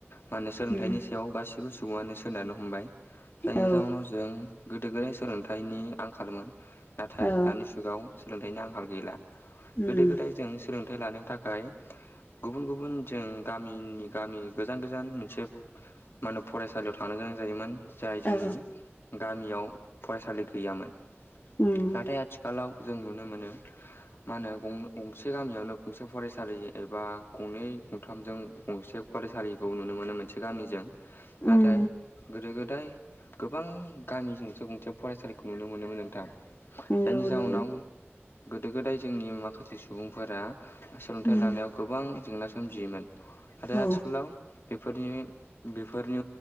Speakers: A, on the left (about 60°); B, on the left (about 40°).
A: मा होनो सोलोंथाइनि
B: उम
A: बेयाव गाससिबो सुबुंङानो सोनारनो हमबाय जायनि
B: औ
A: जउनाव जों गोदो गोदाय सोलोंथाइनि आंखालमोन। नाथाय
B: औ
A: दानि जु गाव सोलोंथाइनि आंखाल गैला।
B: उम
A: गोदो गोदाय जों सोलोंथाइ लानो थाखाय गुबुन गुबुन जों गामिनि गामि गोजान गोजान मोनसे मा होनो फरायसालियाव थांनो गोनां जायोमोन जाय जोंनि
B: औ
A: गामियाव फरायसालि गैयामोन।
B: उम
A: नाथाय आथि लाव जों नुनो मोनो मा होनो गं गंसे गामियावनो गंसे फरायसालि एबा गंनै गंथामजों गंसे फरायसालिखौ नुनो मोनो मोनसे गामिजों। नाथाय
B: उम
A: गोदो गोदाय गोबां गामिजोंसो गंसे फरायसालिखौ नुनो मोनोमोन नोंथां। जायनि
B: उम औ नंगौ
A: जाउनाव
B: नोंथां
A: गोदो गोदाय जोंनि माखासे सुबुंफोरा सोलोंथाइ
B: उम
A: लानायाव गोबां जेंना सोमजियोमोन। नथाय
B: औ
A: आथिखालाव बेफोरनि बेफोरनि